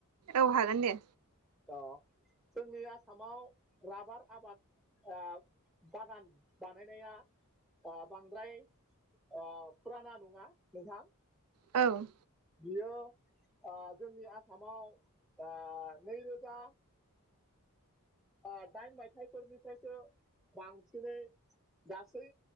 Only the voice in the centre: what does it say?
अ जोंनि आसामाव राबार आबाद ओ बागान बानायनाया ओ बांद्राय ओ फुराना नङा नोंथां
बियो ओ जोंनि आसामाव आ नैरोजा ओ दाइन मायथाइफोरनिफ्रायसो बांसिनै गासै